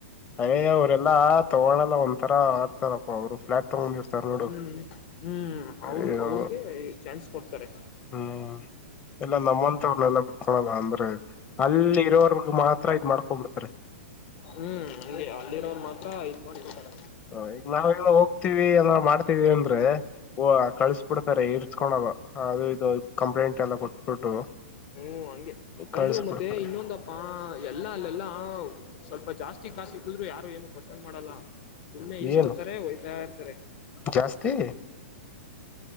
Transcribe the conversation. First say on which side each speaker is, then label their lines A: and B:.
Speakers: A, on the left; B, on the left.
A: ಅಯಯ್ಯ ಅವರೆಲ್ಲಾ ತಗೋಳಲ್ಲ ಒಂದಂತರ ಆಡ್ತದಪ್ಪ ಅವರು ಫ್ಲಾಟ್ ತಗೊಂಡಿರ್ತಾರ ನೋಡು
B: ಹ್ಮ್ ಹ್ಮ್ ಅವ್ರ
A: ಅಯ್ಯೋ
B: ಅವ್ರಗೆ ಚಾನ್ಸ್ ಕೊಡ್ತಾರೆ.
A: ಹ್ಮ್ ಇಲ್ಲ ನಮ್ಮಂತವ್ರನ್ನೆಲ್ಲಾ ಬಿಟ್ಕೊಳಲ್ಲ ಅಂದ್ರ ಅಲ್ಲಿ ಇರೋವರ್ಗ್ ಮಾತ್ರ ಇದ್ ಮಾಡ್ಕೊಂಡ್ ಬಿಡ್ತಾರೆ.
B: ಹ್ಮ್ ಅಲ್ಲಿ ಅಲ್ಲಿರೋವರು ಮಾತ್ರ ಇದ್ ಮಾಡ್ಕೊಡ್ತಾರ.
A: ಹ ಈಗ ನಾವ ಏನ ಹೋಗ್ತೀವಿ ಏನ ಮಾಡ್ತೀವಿ ಅಂದ್ರೆ ಓ ಕಳ್ಸ್ಬಿಡ್ತಾರೆ ಇರ್ಸ್ಕೊಳದ ಅದು ಇದು ಕಂಪ್ಲೇಂಟ್ ಎಲ್ಲ ಕೊಟ್ಬಿಟ್ಟು.
B: ಹ್ಮ್ ಹಂಗೆ ರಾಜು
A: ಕಳ್ಸ್ಬಿಡ್ತಾರೆ
B: ಮತ್ತೆ ಇನ್ನೊಂದ ಪ್ಪಾ ಎಲ್ಲ ಅಲ್ಲೆಲ್ಲ ಸ್ವಲ್ಪ ಜಾಸ್ತಿ ಕಾಸಿಗುದ್ರು ಯಾರು ಏನು ಕ್ವಶನ್ ಮಾಡಲ್ಲ ಸುಮ್ಮ್ನೆ ಈಸ್ಕೋತಾರೆ
A: ಏನು
B: ಒಯ್ತಾ ಇರ್ತಾರೆ.
A: ಜಾಸ್ತಿ